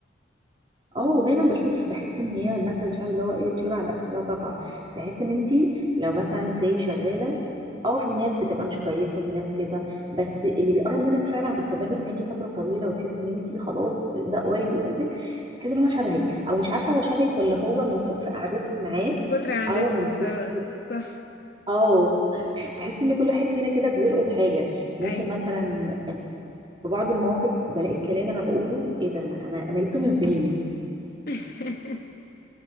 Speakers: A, on the right; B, on the left.
A: اه ودايما بشوف بحس ان هي المثل الشعبي اللي هو ايه طيور على اشكالها تقع بحس ان انت لو مثلا سي شغاله اه في ناس بتبقى مش كويسه في ناس كده بس اللي بيقرب منك فعلا بيستمر معاكي فتره طويله وتحس ان انت خلاص ده قريب لقلبك تحس ان هو شبهك او مش عارفه هو شبهك ولا هو من كتر قعدتك معاه
B: كتر عاداتكم
A: او من
B: سوا
A: كتر
B: صح
A: اه تحس ان كل واحد فينا كده بيلقط حاجه ممكن
B: أيوه
A: مثلا في بعض المواقف بلاقي كلام انا بقوله ايه ده انا انا أنا جبته من فين
B: <laughs>